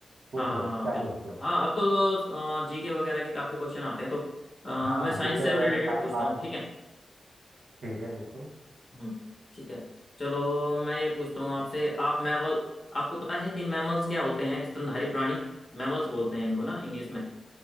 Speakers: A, on the right; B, on the left.
A: पूछ
B: हाँ हाँ
A: लो क्या
B: हाँ, बिल्कुल
A: पूछते हो
B: हाँ अब तो जीके वगैरह के काफी क्वेश्चन आते हैं तो अ,
A: हाँ
B: मैं साइंस
A: जीके
B: से
A: वगैरह
B: रिलेटेड
A: तो काफी
B: पूछता
A: पार्ट
B: हूँ
A: होता
B: ठीक
A: है
B: है
A: ठीक है बिल्कुल
B: हम्म, ठीक है चलो मैं ये पूछता हूँ आपसे आप मैमल आपको पता है कि मैमल्स क्या होते हैं स्तनधारी प्राणी मैमल्स बोलते हैं इनको ना इंग्लिश में